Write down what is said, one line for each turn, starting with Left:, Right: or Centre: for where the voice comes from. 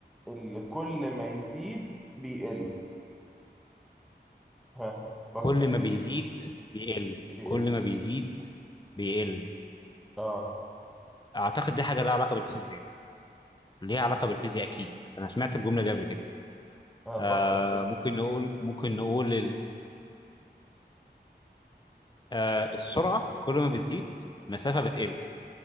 Centre: اللي كل ما يزيد بيقل ها فكر
Left: كل
Centre: كده
Left: ما بيزيد بيقل
Centre: بيقل
Left: كل ما بيزيد بيقل
Centre: اه
Left: اعتقد دي حاجة لها علاقة بالفيزياء ليها علاقة بالفيزياء اكيد انا سمعت الجملة دي قبل كده
Centre: ها
Left: آه
Centre: فكر كده
Left: ممكن نقول ممكن نقول آه السرعة كل ما بتزيد مسافة بتقل